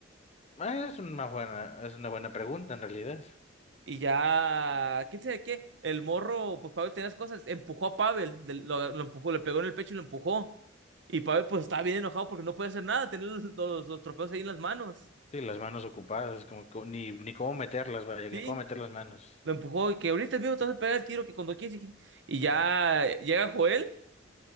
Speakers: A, on the left; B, on the right.
A: Ah, Es una buena, es una buena pregunta en realidad.
B: Y ya, quién sabe qué, el morro, pues Pavel tenía las cosas, empujó a Pavel, de- lo, lo empujó, le pegó en el pecho y lo empujó. Y Pavel pues estaba bien enojado porque no puede hacer nada, tenía los, los, los trofeos ahí en las manos.
A: Sí, las manos ocupadas, como co- ni, ni cómo meterlas, vaya,
B: Sí,
A: ni cómo meter las manos.
B: lo empujó y que ahorita mismo te vas a pegar el tiro que cuando quieres. Y, y ya llega Joel,